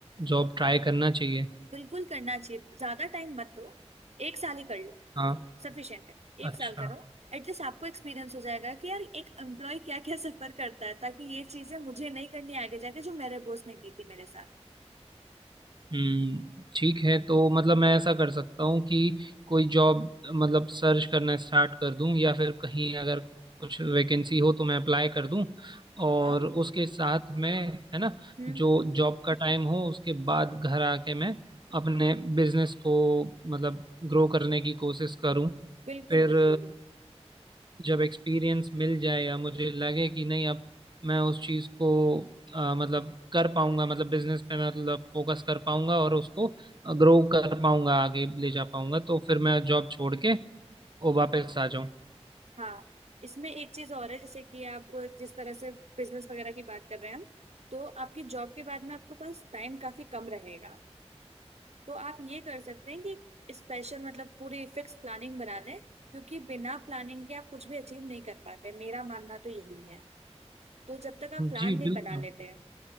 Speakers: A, on the right; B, on the right.
A: जॉब ट्राई करना चाहिए
B: बिल्कुल करना चाहिए ज्यादा टाइम मत दो एक साल ही कर लो
A: हाँ
B: सफिशिएंट है एक
A: अच्छा
B: साल करो एटलीस्ट आपको एक्सपीरियंस हो जाएगा कि यार एक एम्प्लॉय क्या क्या सफर करता है ताकि ये चीजें मुझे नहीं करनी आगे जाके जो मेरे बॉस ने की थी मेरे साथ
A: हम्म ठीक है तो मतलब मैं ऐसा कर सकता हूँ कि कोई जॉब मतलब सर्च करना स्टार्ट कर दूँ या फिर कहीं अगर कुछ वैकेंसी हो तो मैं अप्लाई कर दूँ और
B: हाँ
A: उसके साथ में है ना
B: हम्म
A: जो जॉब का टाइम हो उसके बाद घर आके मैं अपने बिजनेस को मतलब ग्रो करने की कोशिश करूँ
B: बिल्कुल
A: फिर
B: बिल्कुल
A: जब एक्सपीरियंस मिल जाए या मुझे लगे कि नहीं अब मैं उस चीज़ को अ, मतलब कर पाऊंगा मतलब बिजनेस पे मतलब फोकस कर पाऊंगा और उसको ग्रो कर पाऊंगा आगे ले जा पाऊंगा तो फिर मैं जॉब छोड़ के वो वापस आ जाऊं
B: हाँ इसमें एक चीज और है जैसे कि आप जिस तरह से बिजनेस वगैरह की बात कर रहे हैं हम तो आपकी जॉब के बाद में आपके पास टाइम काफी कम रहेगा तो आप ये कर सकते हैं कि स्पेशल मतलब पूरी फिक्स प्लानिंग बना लें क्योंकि बिना प्लानिंग के आप कुछ भी अचीव नहीं कर पाते मेरा मानना तो यही है तो जब तक आप प्लान
A: जी
B: नहीं
A: बिल्कुल
B: बना लेते हैं